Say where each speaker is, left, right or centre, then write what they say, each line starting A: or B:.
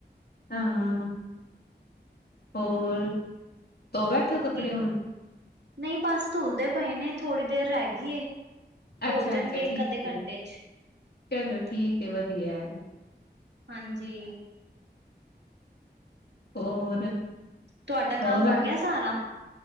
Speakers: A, on the left; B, on the right.
A: ਹਾਂ, ਹੋਰ, ਧੋ ਬੈਠੇ ਓ ਕੱਪੜੇ
B: ਕੀ
A: ਹੁਣ?
B: ਨਹੀਂ ਬਸ ਧੁਲਦੇ ਪਏ ਨੇ, ਥੋੜੀ ਦੇਰ ਰਹਿ ਗਈਏ, ਹੋ
A: ਅੱਛਾ
B: ਜਾਣਗੇ
A: ਅੱਛਾ
B: ਇੱਕ-ਅੱਧੇ
A: ਠੀਕ ਏ।
B: ਘੰਟੇ'ਚ।
A: ਚਲੋ ਠੀਕ ਏ, ਵਧੀਆ।
B: ਹਾਂਜੀ।
A: ਹੋਰ?
B: ਤੁਹਾਡਾ ਕੰਮ
A: ਹੋਰ
B: ਹੋ ਗਿਆ ਸਾਰਾ?